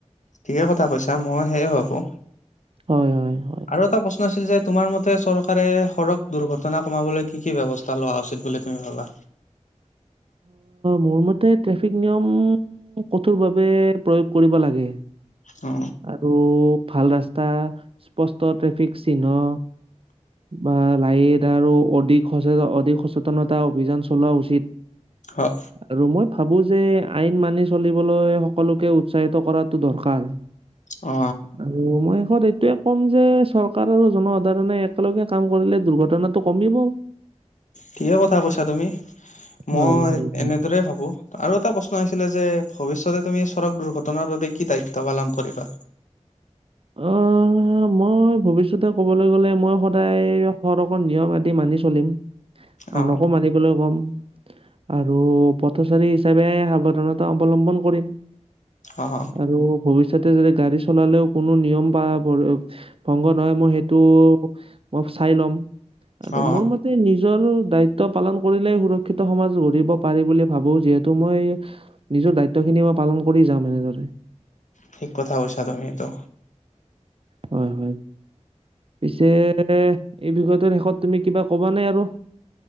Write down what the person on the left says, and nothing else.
ঠিকেই কথা কৈছা মই সেয়ে ভাবোঁ
আৰু এটা প্ৰশ্ন আছিল যে তোমাৰ মতে চৰকাৰে সডক দুৰ্ঘটনা কমাবলৈ কি কি ব্যৱস্থা এটা লোৱা উচিত বুলি তুমি ভাবা?
অ
হয়
অ
ঠিকে কথা কৈছা তুমি
মই
এনেদৰে ভাবো। আৰু এটা প্ৰশ্ন আছিলে যে ভৱিষ্যতে তুমি চডক দুৰ্ঘটনাৰ বাবে কি দায়িত্ব পালন কৰিবা?
অ
অঁ
অ
ঠিক কথা কৈছা তুমিটো